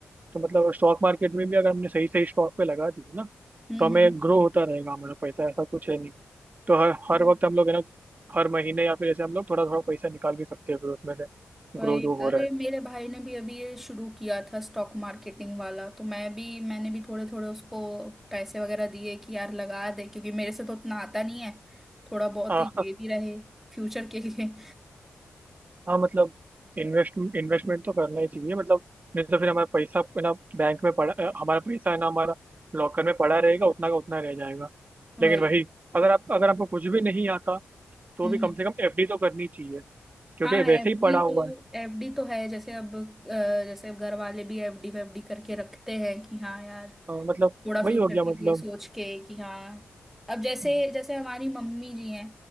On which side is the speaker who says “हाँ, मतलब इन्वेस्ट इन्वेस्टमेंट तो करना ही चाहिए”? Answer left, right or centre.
Right